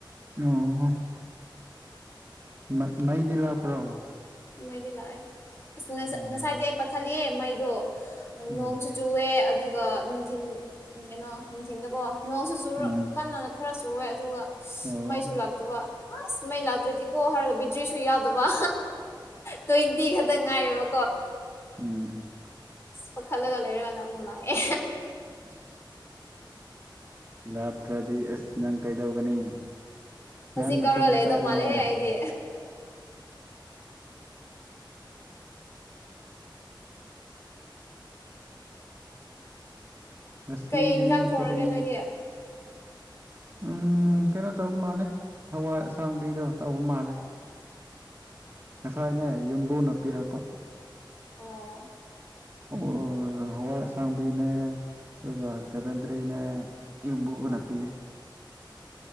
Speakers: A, on the right; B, on the left.
A: ꯑꯣ ꯃ ꯃꯩꯗꯤ ꯂꯥꯛꯄ꯭ꯔꯣ
B: ꯃꯩꯗꯤ ꯂꯥꯛꯑꯦ ꯑꯁ
A: ꯎꯝ
B: ꯉꯁꯥꯏꯗꯤ ꯑꯩ ꯄꯥꯈꯠꯂꯤꯍꯦ ꯃꯩꯗꯣ
A: ꯎꯝ
B: ꯅꯣꯡꯁꯨꯨ ꯆꯨꯋꯦ ꯑꯗꯨꯒ ꯅꯨꯡꯊꯤꯟ ꯀꯩꯅꯣ ꯅꯨꯡꯊꯤꯟꯗꯣꯀꯣ ꯅꯣꯡꯁꯨ ꯆꯨꯔꯥ
A: ꯎꯝ
B: ꯀꯟꯅ ꯈꯔ ꯆꯨꯏꯌꯦ ꯑꯗꯨꯒ
A: ꯑꯣ
B: ꯃꯩꯁꯨ ꯂꯥꯛꯇꯕ ꯑꯁ ꯃꯩ ꯂꯥꯛꯇ꯭ꯔꯗꯤꯀꯣ ꯍꯥꯏꯔꯒ ꯕꯤꯇ꯭ꯔꯤꯁꯨ ꯌꯥꯎꯗꯕ ꯇ꯭ꯋꯦꯟꯇꯤ ꯈꯛꯇꯪ ꯉꯥꯏꯔꯦꯕ
A: ꯎꯝ
B: ꯑ ꯄꯥꯈꯠꯂꯒ ꯂꯩꯔꯒꯅ ꯑꯃꯨꯛ ꯂꯥꯛꯑꯦ
A: ꯑꯟꯑꯣꯗꯤꯕꯜ ꯂꯥꯛꯇ꯭ꯔꯗꯤ ꯑꯁ ꯅꯪ ꯀꯩꯗꯧꯒꯅꯤ
B: ꯍꯧꯖꯤꯛ
A: ꯉꯟꯅ
B: ꯀꯧꯔ
A: ꯇꯨꯝꯕ
B: ꯂꯩꯗꯧ
A: ꯇꯥꯔꯦꯅꯦ
B: ꯃꯥꯜꯂꯦꯍꯦ ꯑꯩꯗꯤ
A: ꯉꯁꯤꯗꯤ
B: ꯀꯩ ꯏꯟꯖꯥꯡ ꯊꯣꯡꯔꯒꯦ
A: ꯀꯔꯤ
B: ꯅꯣꯏꯗꯤ
A: ꯎꯝ ꯀꯩꯅꯣ ꯇꯧꯕ ꯃꯥꯜꯂꯦ ꯍꯋꯥꯏ ꯑꯁꯥꯡꯕꯤꯗꯣ ꯇꯧꯕ ꯃꯥꯜꯂꯦ ꯉꯁꯥꯏꯅꯦ ꯌꯨꯝꯕꯨꯅ ꯄꯤꯔꯛꯄ
B: ꯑꯣ
A: ꯍꯧ ꯑ ꯍꯋꯥꯏ ꯑꯁꯥꯡꯕꯤꯅꯦ ꯑꯗꯨꯒ ꯕꯦꯂꯦꯟꯇ꯭ꯔꯤꯅꯦ ꯌꯨꯝꯕꯨꯅꯄꯤꯌꯦ
B: ꯑꯣ